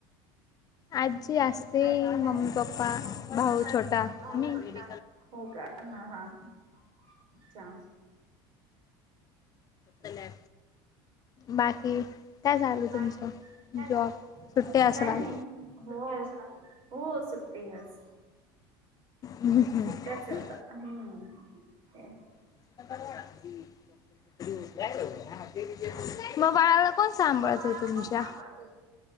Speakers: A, on the left; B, on the right.
A: आजी असते
B: आजी
A: मम्मी
B: असते
A: पप्पा
B: मम्मी पप्पा
A: भाऊ छोटा मी
B: छोटा हो का हा हाच् च
A: त ला बाकी काय झाचालं
B: बाकी
A: तुमचं
B: काय झालं
A: जॉब
B: तुमचं?
A: सुट्टी असराल
B: काय नाही हो हो सुटतेच
A: हम्म हम्म
B: सुट्ट्याच आहे आता हम्म ते
A: <unintelligible> मग बाळाला कोण सांभाळत
B: मग बाळाला
A: तुमच्या
B: कोण सांभाळत